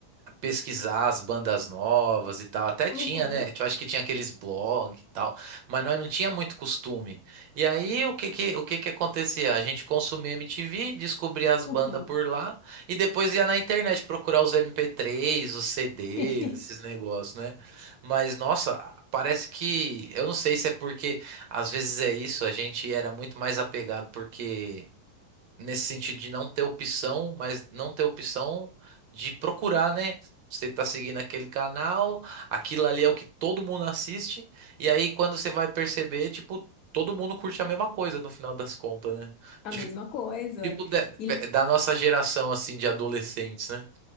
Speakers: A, on the right; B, on the left.
A: pesquisar as bandas novas e tal. Até tinha,
B: Uhum,
A: né? Eu acho que tinha aqueles blogs e tal, mas nós não tinha muito costume. E aí o que que, o que que acontecia? A gente consumia MTV, descobria as
B: uhum.
A: bandas por lá e depois ia na internet procurar os MP3, os CDs,
B: <laughs>
A: esses negócios, né? Mas nossa, parece que eu não sei se é porque às vezes é isso, a gente era muito mais apegado porque nesse sentido de não ter opção, mas não ter opção de procurar, né? Você tá seguindo aquele canal, aquilo ali é o que todo mundo assiste, e aí quando você vai perceber, tipo, todo mundo curte a mesma coisa no final das contas, né?
B: A
A: De-
B: mesma coisa.
A: tipo, da
B: E,
A: da nossa geração, assim, de adolescentes, né?